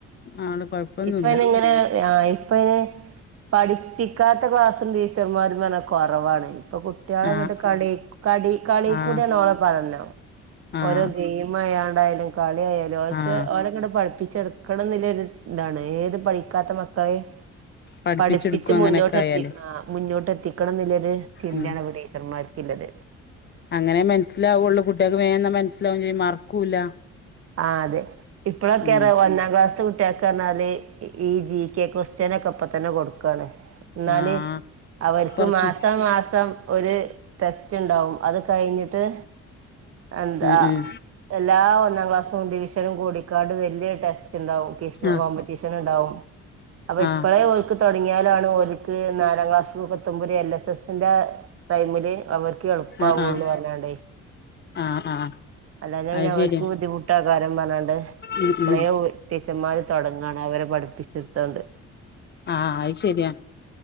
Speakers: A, on the left; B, on the right.
A: ആള് കൊഴപ്പൊന്നുല്ല
B: ഇപ്പ ഇന്നിങ്ങനെ അഹ് ഇപ്പ ഇനി പഠിപ്പിക്കാത്ത ക്ലാസ്സും ടീച്ചർമാരും എന്ന് പറഞ്ഞ കൊറവാണ് ഇപ്പൊ കു കുട്ട്യാളങ്ങട്ട്
A: ആഹ്
B: കളി കടി കളീക്കുടിയാണ്
A: ആഹ്
B: ഓലെ പഠനം
A: ആഹ്
B: ഓരോ ഗെയി മ് ചെയ്യാണ്ടായാലും കളിയായാലും ഓൽക്ക്‌
A: ആഹ്
B: ഓലങ്ങട് പഠിപ്പിച്ചെടുക്കണം എന്നിള്ള ഒര് ഇതാണ് ഏത് പഠിക്കാത്ത മക്കളേം
A: പഠിപ്പിച്ചെടുക്കും
B: പഠിപ്പിച്ച്
A: അങ്ങനെയൊക്കെ
B: മുന്നോട്ട് എത്തിക്കണം
A: ആയാല്
B: ആഹ് മുന്നോട്ട് എത്തിക്കണം എന്നില്ലൊരു ചിന്തയാണ്
A: ഉം
B: ഇപ്പ ടീച്ചർമ്മാർ‌ക്കിള്ളത്
A: അങ്ങനേ മനസ്സിലാവൊള്ളു കുട്ടികക്ക് വേഗന്ന് മനസ്സിലാവേം ചെയ്യും മറക്കൂല്ല
B: ആഹ് അതെ ഇപ്പഴൊക്കേറ
A: ഉം
B: ഒന്നാം ക്ലാസ് ത്ത് കുട്ടികക്ക് പറഞ്ഞാല് ഈ ജീ ക്കെ കൊസ്റ്റിനൊക്കെ ഇപ്പൊ തന്നെ കൊടുക്കാണ് എന്നാല്
A: ആഹ്
B: അവർക്ക്
A: കൊറച്ചും
B: മാസം മാസം ഒരു ടെസ്റ്റ് ഇണ്ടാവും അത് കഴിഞ്ഞിട്ട് എന്താ
A: ഉം ഉം
B: എല്ലാ ഒന്നാം ക്ലാസ്സും ഡിവിഷനും കൂടീ ങ്ങാണ്ട് വല്ല്യ ടെസ്റ്റിണ്ടാവും ക്വിസ്
A: ആഹ്
B: കോമ്പറ്റീഷനിണ്ടാവും അപ്പൊ
A: ആഹ്
B: ഇപ്പഴേ ഓൽക്ക് തൊടങ്ങിയാലാണ് ഓൽക്ക് നാലാം ക്ലാസ്സ് എത്തുമ്പൊര് എൽ എസ് എസിന്റാ ടൈമില് അവർക്ക് എളുപ്പാവുള്ളു
A: ആഹ് ആഹ്
B: പറഞ്ഞാണ്ടേ
A: ആഹ് ആഹ്
B: അല്ലാഞ്ഞാ
A: അത്
B: പിന്നെ അവർക്ക്
A: ശരിയാ
B: ബുദ്ധിമു ട്ടേക്കാരം പറഞ്ഞാണ്ട്
A: ഉം
B: ഇപ്പഴേ
A: ഉം
B: ഓര് ടീച്ചർമാര് തൊടങ്ങാണ് അവരെ പഠിപ്പിച്ചിടുത്താണ്ട്
A: ആഹ് അത് ശരിയാണ്